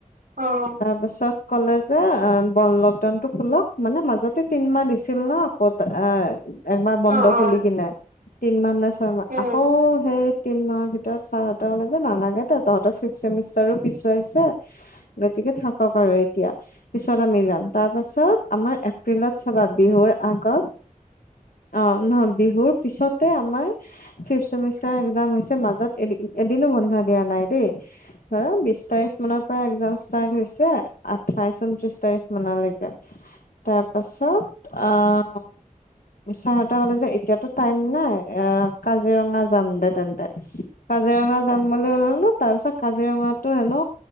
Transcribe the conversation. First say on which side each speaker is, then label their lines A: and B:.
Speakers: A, on the right; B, on the left.
A: অ',
B: তাৰ পিছত? ক'লে যে অ' বন লকডাউন টো খোলক মানে মাজতে তিনমাহ দিছিল ন। ক'ত? একবা বান্ধ
A: অ', অ',
B: হলি কিনে। তিন মান।
A: উম,
B: আকৌ সেই, তিন মাহৰ ভিতৰত ছাৰহঁতে ক'লে যে নালাগে দে তহঁতৰ ফিফ ছেমিষ্টাৰো পিছুৱাইছে গতিকে থাকক আৰু এতিয়া পিছত আমি যাম। তাৰ পাছত আমাৰ এপ্ৰিলত চাবা বিহুৰ। আকৌ। অ' নহয়, বিহুৰ পিছত। আমাৰ ফিফ চেমিষ্টাৰ একজাম হৈছে মাজত এদিন এদিনো বন্ধ দিয়া নাই দেই, ধৰা বিশ তাৰিখ মানৰ পৰা এক্জাম ষ্টাৰ্ট হৈছে আঠাইশ ঊনত্ৰিশ তাৰিখ মানলৈকে তাৰ পাছত অঁ, ছাৰহঁতে কলে যে এতিয়াটো টাইম নাই কাজিৰঙা যাম দে তেন্তে, কাজিৰঙা যাম বুলি ললো তাৰ পিছত কাজিৰঙাটো হেনো